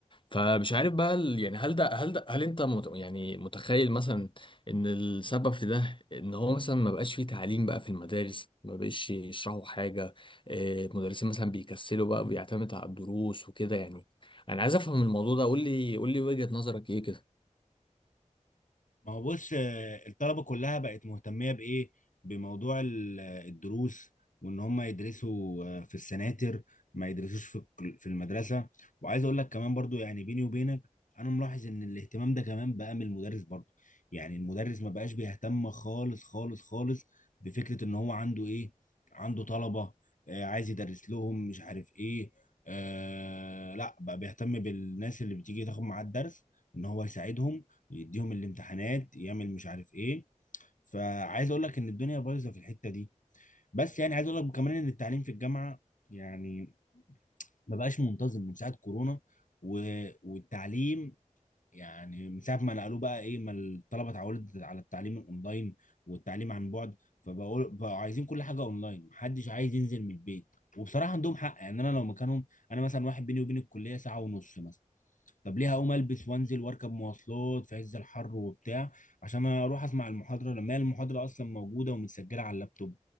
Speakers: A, on the left; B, on the left.
A: فمش عارف بقى ال- يعني هل ده هل ده هل انت مت يعني متخيل مثلا ان السبب في ده ان هو مثلا ما بقاش فيه تعليم بقى في المدارس ما بقاش يشرحوا حاجة آه، المدرسين مثلا بيكسلوا بقى بيعتمدوا على الدروس وكده يعني انا عايز افهم الموضوع ده قول لي قول لي وجهة نظرك ايه كده
B: ما هو بص آه، الطلبة كلها بقت مهتمية بإيه؟ بموضوع ال- آه، الدروس وإن هم يدرسوا آه، في السناتر ما يدرسوش في الك- في المدرسة وعايز أقول لك كمان برضو يعني بيني وبينك أنا ملاحظ إن الاهتمام ده كمان بقى من المدرس برضو يعني المدرس ما بقاش بيهتم خالص خالص خالص بفكرة إن هو عنده إيه؟ عنده طلبة آه، عايز يدرس لهم مش عارف إيه آه لا بقى بيهتم بالناس اللي بتيجي تاخد معاه الدرس إن هو يساعدهم يديهم الامتحانات يعمل مش عارف ايه فعايز اقول لك ان الدنيا بايظه في الحته دي بس يعني عايز اقول لك كمان ان التعليم في الجامعه يعني ما بقاش منتظم من ساعه كورونا و... والتعليم يعني من ساعه ما نقلوه بقى ايه ما الطلبه اتعودت على التعليم الاونلاين والتعليم عن بعد فبقول بقوا عايزين كل حاجه اونلاين محدش عايز ينزل من البيت وبصراحه عندهم حق يعني انا لو مكانهم انا مثلا واحد بيني وبين الكليه ساعه ونص مثلا طب ليه هقوم البس وانزل واركب مواصلات في عز الحر وبتاع عشان اروح اسمع المحاضره لما هي المحاضره اصلا موجوده ومتسجله على اللابتوب